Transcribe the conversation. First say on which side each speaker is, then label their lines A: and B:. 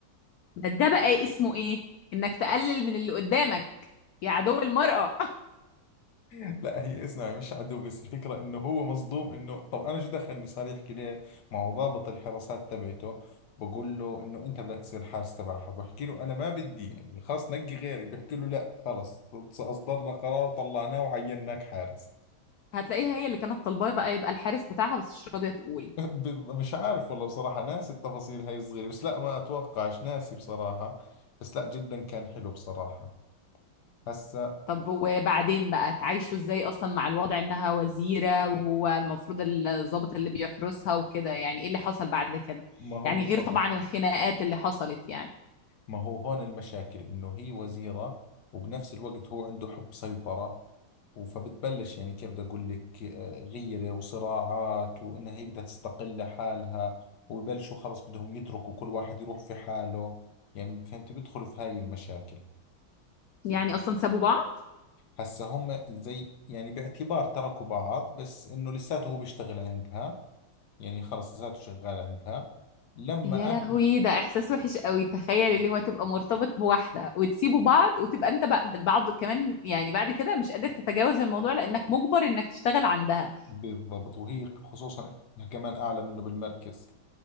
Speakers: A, on the left (about 80°); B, on the left (about 60°).
A: ده ده بقى اسمه ايه انك تقلل من اللي قدامك يا عدو المرأة
B: <laughs> لا هي اسمع مش عدو بس الفكرة انه هو مصدوم انه طب انا شو دخلني صار يحكي لي ما هو ضابط الحراسات تبعته بقول له انه انت بدك تصير حارس تبعها بحكي له انا ما بدي يعني خلاص نقي غيري بحكي له لا خلص اصدرنا قرار وطلعناه وعيناك حارس
A: <laughs> هتلاقيها هي اللي كانت طالباه بقى يبقى الحارس بتاعها بس مش راضية تقول
B: <laughs> بال- مش عارف والله بصراحة ناسي التفاصيل هاي الصغيرة بس لا ما اتوقعش ناسي بصراحة بس لا جدا كان حلو بصراحة هسا
A: طب وبعدين بقى تعيشوا ازاي اصلا مع الوضع انها وزيرة وهو المفروض الضابط اللي بيحرسها وكده يعني ايه اللي حصل بعد كده
B: ما هو
A: يعني
B: بالضبط
A: غير طبعا الخناقات اللي حصلت يعني
B: ما هو هون المشاكل انه هي وزيرة وبنفس الوقت هو عنده حب سيطرة فبتبلش يعني كيف بدي اقول لك آه، غيره وصراعات وانها هي بدها تستقل لحالها وببلشوا خلص بدهم يتركوا كل واحد يروح في حاله يعني فهمت بيدخلوا في هاي المشاكل
A: يعني أصلًا سابوا بعض؟
B: هسا هم زي يعني باعتبار تركوا بعض بس انه لساته هو بيشتغل عندها يعني خلص لساته شغال عندها لما
A: يا لهوي
B: اخر
A: ده إحساس وحِش أوي، تخيّل اللي هو تبقى مرتبط بواحدة وتسيبوا بعض وتبقى أنت بع بعض كمان يعني بعد كده مش قادر تتجاوز الموضوع لإنّك مُجبَر إنّك تشتغل عندها،
B: بالضبط وهي خصوصا إنها كمان اعلى منه بالمركز